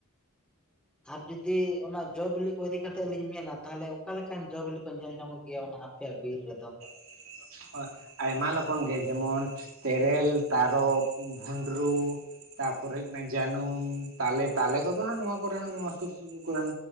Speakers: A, in the centre; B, on the right (about 70°).
A: ᱟᱨ ᱡᱩᱫᱤ ᱚᱱᱟ ᱡᱚ ᱵᱤᱞᱤ ᱠᱚ ᱤᱫᱤ ᱠᱟᱛᱮᱜ ᱞᱤᱧ ᱢᱮᱱᱟ ᱛᱟᱞᱦᱮ ᱚᱠᱟ ᱞᱮᱠᱟᱱ ᱡᱚ ᱵᱤᱞᱤ ᱠᱚ ᱧᱮᱞ ᱧᱟᱢᱚᱜ ᱜᱮᱭᱟ ᱚᱱᱟ ᱟᱯᱮᱭᱟ ᱵᱤᱨ ᱨᱮᱫᱚ?
B: ᱴᱤᱲᱤᱝ -ᱞᱤᱲᱤᱝ-ᱞᱤᱲᱤᱝ ᱴᱷᱚᱡ ᱾ ᱟᱭᱢᱟ ᱞᱚᱠᱚᱱ ᱜᱮ ᱡᱮᱢᱚᱱ ᱛᱮᱹᱨᱮ ᱞ ᱛᱟᱨᱚᱵ ᱵᱷᱩᱸᱰᱨᱩ ᱾ ᱛᱟᱯᱚᱨᱮ ᱦᱩᱭᱩᱜ ᱠᱟᱱᱟ ᱡᱟᱹᱱᱩᱢ ᱛᱟᱞᱮᱹ ᱛᱟᱞᱮᱹ ᱠᱚᱫᱚ ᱦᱟᱸᱜ ᱱᱚᱣᱟ ᱠᱚᱨᱮ ᱦᱚ ᱱᱚᱣᱟ ᱥᱩ ᱥᱩᱯᱩᱨ ᱠᱚᱨᱮ ᱦᱚ